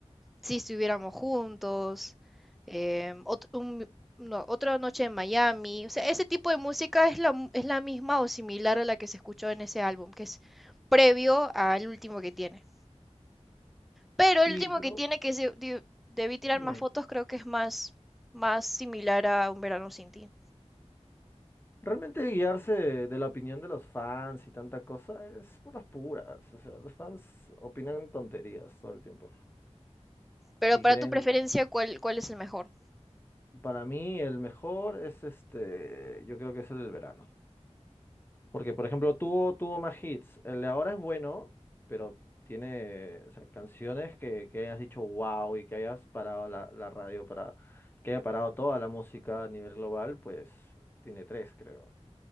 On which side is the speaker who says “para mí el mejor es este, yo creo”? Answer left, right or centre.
Left